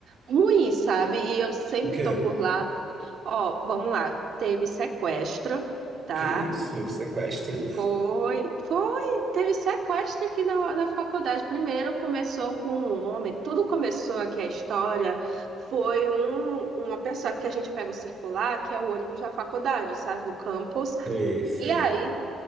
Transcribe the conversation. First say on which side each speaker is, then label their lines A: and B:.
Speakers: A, on the right; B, on the right.
A: ruins, sabe? E eu sempre
B: Tipo, o quê?
A: estou por lá. Ó, vamos lá, teve sequestro, tá?
B: Que isso? Sequestro?
A: Foi, foi. Teve sequestro aqui na, na faculdade. Primeiro começou com um homem. Tudo começou aqui, a história. Foi um, uma pessoa que a gente pega o circular, que é o ônibus da faculdade, sabe, do campus.
B: Sei, sei.
A: E aí,